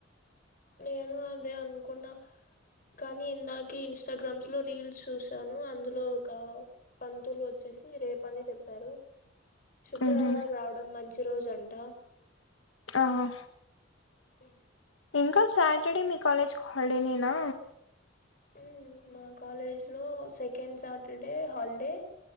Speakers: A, on the left; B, on the left.
A: నేను అదే అనుకున్నా కానీ ఇందాకి ఇన్స్టాగ్రామ్స్ లో రీల్స్ చూసాను అందులో ఒక పంతులు వచ్చేసి రేపనే చెప్పారు శుక్రవారం
B: మ్హు
A: రావడం మంచి రోజంట
B: ఆహా
A: హ్
B: ఇంకా సాటర్డే మీ కాలేజ్ హల్డేనేనా
A: మ్మ్ మా కాలేజ్ లో సెకండ్ సాటర్డే హాల్డే